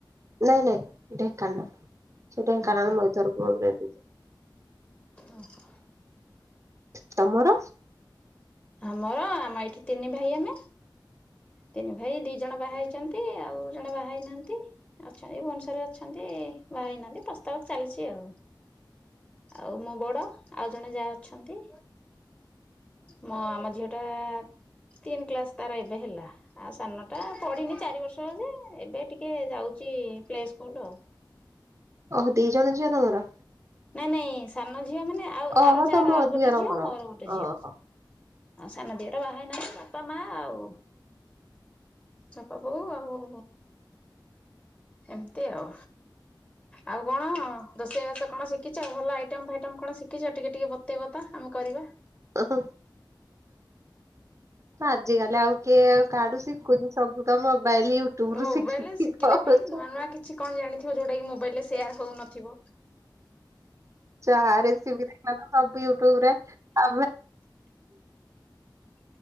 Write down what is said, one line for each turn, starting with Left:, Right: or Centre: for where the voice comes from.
Right: ନାଇଁ ନାଇଁ ଢେଙ୍କାନାଳ ସେଇ ଢେଙ୍କାନାଳ
Left: ଓହୋ
Right: ମଇଧରପୁରରେ ବି
Left: ଓହୋ।
Right: ତମର?
Left: ଆମର ଆମେ ଏଇଠି ତିନି ଭାଇ ଆମେ। ତିନି ଭାଇ ଦି ଜଣ ବାହା ହେଇଚନ୍ତି ଆଉ ଜଣ ବାହା ହେଇନାହାନ୍ତି ଅଛନ୍ତି ଭୁବନେଶ୍ୱରରେ ଅଛନ୍ତି ସେ ବାହା ହେଇନାହାନ୍ତି ପ୍ରସ୍ତାବ ଚାଲିଚି ଆଉ। ଆଉ ମୋ ବଡ ଆଉ ଜଣେ ଯାହା ଅଛନ୍ତି। ମ ଆମ ଝିଅ ଟା ତିନି କ୍ଲାସ ତାର ଏବେ ହେଲା ଆ ସାନ ଟା ପଢିନି ଚାରି ବର୍ଷ ଯେ ଏବେ ଟିକେ ଯାଉଚି ଚି ପ୍ଲେ ସ୍କୁଲ ଆଉ।
Right: ଓହୋ ଦି ଜଣ ଝିଅ ତମର?
Left: ନାଇଁ ନାଇଁ ସାନ ଝିଅ ମାନେ ଆଉ
Right: ଓହୋ
Left: ଆର ଯାର
Right: ତମ
Left: ଆଉ ଗୋଟେ
Right: ଦିଅରଙ୍କର
Left: ଝିଅ ମୋର ଗୋଟେ
Right: ଓହୋ।
Left: ଝିଅ। ହଁ ସାନ ଝିଅଟା ବାହା ହେ ନାହିଁ ବାପା ମା ଆଉ। ତାପବଉ ଆଉ ଏମିତି ଆଉ ଆଉ କଣ ଦ ରୋଷେଇବାସ କଣ ଶିଖିଛ ଭଲ ଆଇଟମ ଫାଇଟମ କଣ ଶିଖିଛ ଟିକେ ଟିକେ ବତେଇବ ତ ଆମେ କରିବା।
Right: <unintelligible> ଆଜିିକାଲି ଆଉ କିଏ କାଢୁଷି ସବୁ ତ ମୋବାଇଲ ୟୁଟ୍ୟୁବ
Left: ମୋବାଇଲରେ
Right: ରୁ ଶିଖିକି
Left: ଶିଖିଲେ
Right: କର
Left: ବି ନୂଆ ନୂଆ କିଛି କଣ ଜାଣିଥିବ ଯୋଉଟା ମୋବାଇଲରେ ସେୟାର ହଉନଥିବ।
Right: ଚା ରେସିପି ଦେଖ ସବୁ ୟୁଟୁବରେ ଆ